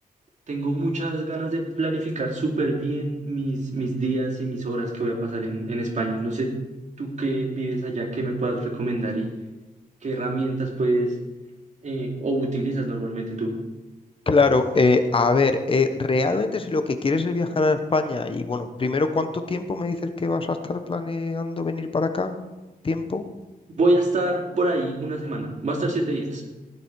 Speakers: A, on the right (about 50°); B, on the left (about 35°).
A: tengo muchas ganas de planificar súper bien mis, mis días y mis horas que voy a pasar en, en España. No sé, tú que vives allá, qué me puedas recomendar y qué herramientas puedes eh, o utilizas normalmente tú.
B: claro. eh, a ver, eh, realmente si lo que quieres es viajar a España y bueno, primero, ¿cuánto tiempo me dices que vas a estar planeando venir para acá? ¿Tiempo?
A: Voy a estar por ahí una semana, va a estar siete días.